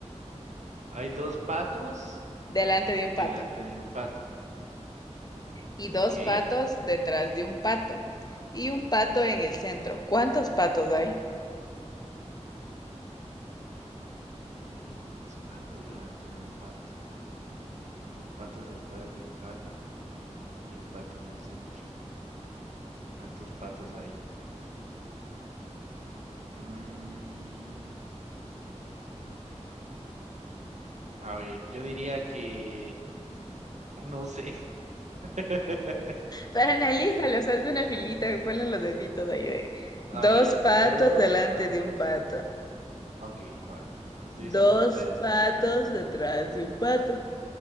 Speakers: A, on the right; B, on the left.
A: Hay dos patos
B: delante de un
A: delante
B: pato?
A: de un pato.
B: Y dos
A: Ok.
B: patos detrás de un pato y un pato en el centro. ¿Cuántos patos hay?
A: Hay dos patos delante de un pato. Dos patos detrás de un pato y un pato en el centro. ¿Cuántos patos hay? Mm, a ver, yo diría que... <laughs> ay, No sé. <laughs>
B: Pero analízalo, o sea, haz una filita, ponle los deditos ahí de.
A: A
B: Dos
A: ver,
B: patos
A: dos
B: delante
A: patas.
B: de un pato,
A: otro- Ok, va. Estoy
B: dos
A: usando los dedos, como
B: patos
A: tú dices.
B: detrás de un pato